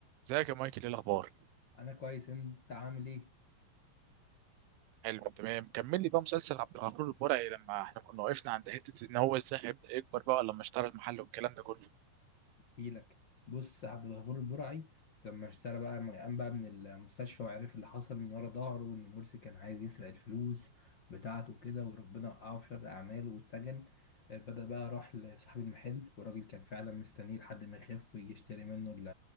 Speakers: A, on the right; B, on the left.
A: ازيك يا مايكل ايه الاخبار
B: انا كويس انت عامل ايه
A: حلو تمام كمل لي بقى مسلسل عبد الغفور البرعي لما احنا كنا وقفنا عند حته ان هو ازاي هيبدا يكبر بقى لما اشترى المحل والكلام ده كله
B: احكيلك بص عبد الغفور البرعي لما اشترى بقى لما قام بقى من المستشفى وعرف اللي حصل من ورا ظهره وان مرسي كان عايز يسرق الفلوس بتاعته وكده وربنا وقعه في شر اعماله واتسجن آه، بدأ بقى راح لصاحب المحل والراجل كان فعلا مستنيه لحد ما يخف ويجي يشتري منه ال-